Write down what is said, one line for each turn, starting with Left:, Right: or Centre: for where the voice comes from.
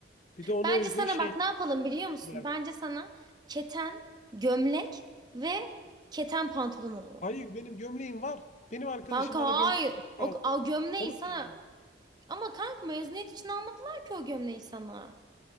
Left: Bir de ona
Right: Bence
Left: uygun
Right: sana
Left: şey.
Right: bak ne yapalım biliyor musun?
Left: var.
Right: Bence sana keten, gömlek ve keten pantolon alalım.
Left: Hayır benim gömleğim var. Benim arkadaşım
Right: Kanka
Left: bana
Right: hayır.
Left: gömlek hediye
Right: O,
Left: aldı.
Right: o gömleği
Left: Onu
Right: sana...
Left: giyeceğim.
Right: Ama kanka mezuniyet için almadılar ki o gömleği sana.